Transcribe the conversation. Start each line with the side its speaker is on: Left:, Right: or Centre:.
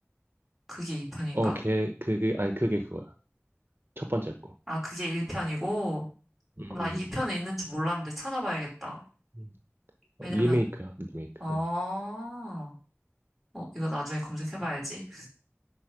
Centre: 그게 2편인가?
Right: 어 걔 그게 아니 그게 그거야 첫 번째 거.
Centre: 아, 그게 1편이고.
Right: 음
Centre: 나 2편은 있는 줄 몰랐는데 찾아봐야겠다.
Right: 음.
Centre: 왜냐면,
Right: 어, 리메이크야 리메이크.
Centre: 어, 어,
Right: 어.
Centre: 이거 나중에 검색해봐야지.